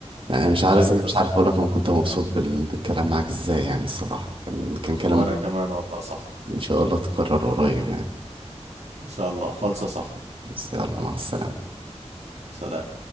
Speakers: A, on the right (about 50°); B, on the right (about 65°).
A: يعني مش عارف
B: حبيبي
A: مش
B: صح
A: عارف اقول لك انا كنت مبسوط بال... بالكلام معاك ازاي يعني الصراحة كان كان كلام
B: وانا كمان والله صح
A: إن شاء الله تكرر قريب يعني
B: ان شاء الله خالصه صح
A: بس يلا مع السلامة
B: سلام